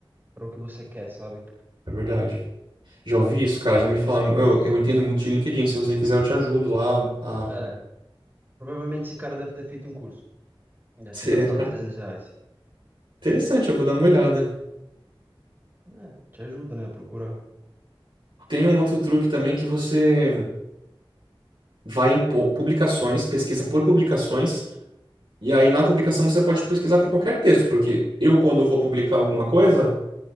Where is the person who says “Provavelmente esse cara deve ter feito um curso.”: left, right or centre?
Right